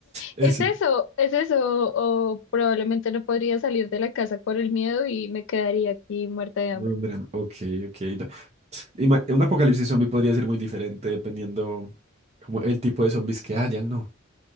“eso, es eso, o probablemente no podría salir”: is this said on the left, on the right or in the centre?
Left